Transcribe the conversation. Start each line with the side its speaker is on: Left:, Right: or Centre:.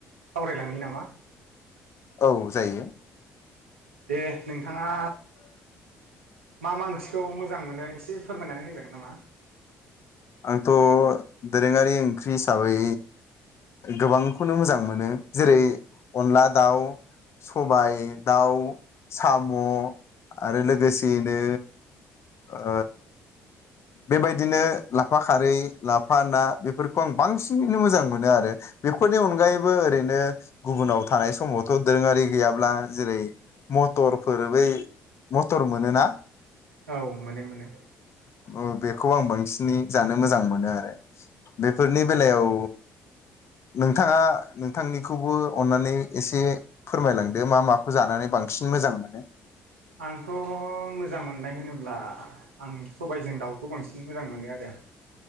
Right: सावरायलांनि नामा?
Left: औ जायो।
Right: दे नोंथाङा मा मा ओंख्रिखौ मोजां मोनो एसे फोरमायनानै होजागोन नामा?
Left: आंथ दोरोङारि ओंख्रि हिसाबै गोबांखौनो मोजां मोनो। जेरै अनला दाउ, सबाय दाउ, साम आरो लोगोसेयैनो ओ बेबायदिनो लाफा खारै, लाफा ना बेफोरखौ आं बांसिनैनो मोजां मोनो आरो बेफोरनि अनगायैबो ओरैनो गुबुनाव थानाय समावथ दोरोङारि गैयाब्ला जेरै मटरफोर बै मटर मोनोना
Right: औ मोनो मोनो।
Left: ओ बेखौ आं बांसिनै जानो मोजां मोनो आरो बेफोरनि बेलायाव नोंथाङा नोंथांनिखौबो अन्नानै एसे फोरमायलांदो मा माखौ जानानै बांसिन मोजां मोनो।
Right: आंथ' मोजां मोननाय होनोब्ला आं सबायजों दाउखौ बांसिन मोजां मोनो आरो।